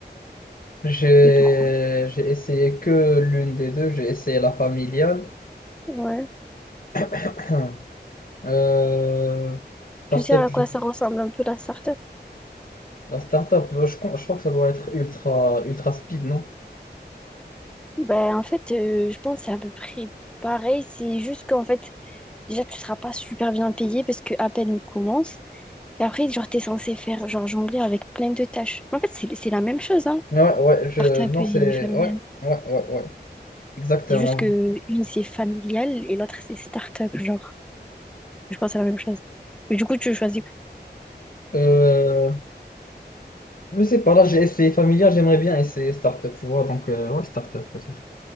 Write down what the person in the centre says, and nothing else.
Et pourquoi?
Ouais.
Je sais à
quoi ça ressemble un peu la start-up.
Ben, en fait, euh, je pense que c'est à peu près pareil. C'est juste qu'en fait, déjà, tu seras pas super bien payé parce que à peine il commence. Et après, genre, t'es censé faire, genre, jongler avec plein de tâches. En fait, c'est c'est la même chose, hein.
Start-up
et
familial.
C'est juste que une, c'est familial et l'autre, c'est start-up, genre. Je crois que c'est la même chose. Mais du coup, tu choisis.